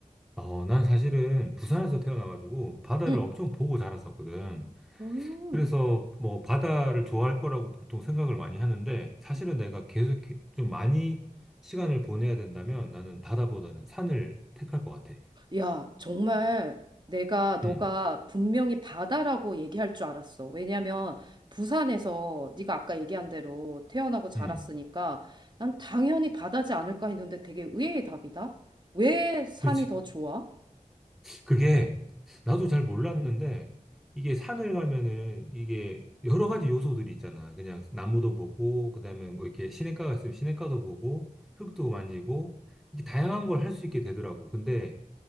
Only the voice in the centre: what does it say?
어, 난 사실은 부산에서 태어나가지고 바다를
엄청 보고 자랐었거든.
그래서 뭐 바다를 좋아할 거라고 보통 생각을 많이 하는데 사실은
내가 계속 이렇게 좀 많이 시간을 보내야 된다면 나는 바다보다는 산을 택할 것 같아.
음,
음.
그렇지.
그게 나도 잘 몰랐는데 이게 산을 가면은 이게 여러 가지 요소들이 있잖아. 그냥 나무도 보고 그다음에 뭐 이렇게 시냇가 있으면 시냇가도 보고 흙도 만지고 이게 다양한 걸 할 수 있게 되더라고. 근데